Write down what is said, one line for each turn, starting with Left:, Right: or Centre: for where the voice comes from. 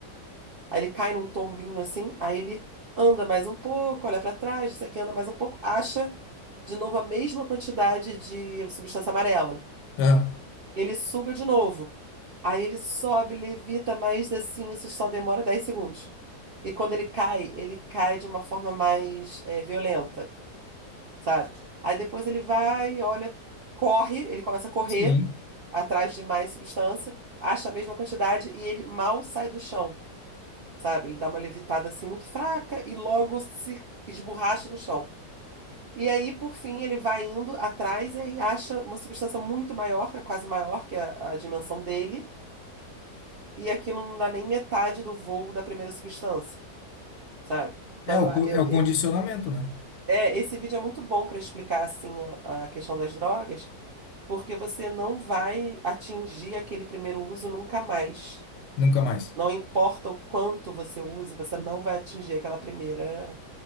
Right: aí ele cai num tombinho assim, aí ele anda mais um pouco, olha para trás, isso aqui anda mais um pouco, acha de novo a mesma quantidade de substância amarela.
Left: Aham.
Right: Ele suga de novo. Aí ele sobe, levita, mas assim, isso só demora 10 segundos. E quando ele cai, ele cai de uma forma mais é, violenta, sabe? Aí depois ele vai, olha, corre, ele começa a correr
Left: Sim,
Right: atrás de mais substância, acha a mesma quantidade e ele mal sai do chão, sabe? Ele dá uma levitada assim muito fraca e logo se esborracha no chão. E aí, por fim, ele vai indo atrás e aí acha uma substância muito maior, que é quase maior que a, a dimensão dele, e aquilo não dá nem metade do voo da primeira substância, sabe? Então,
Left: é o,
Right: eu, a-
Left: co-
Right: eu,
Left: é o
Right: e-
Left: condicionamento, né?
Right: é, esse vídeo é muito bom para explicar assim a, a questão das drogas, porque você não vai atingir aquele primeiro uso nunca mais.
Left: Nunca mais.
Right: Não importa o quanto você use, você não vai atingir aquela primeira,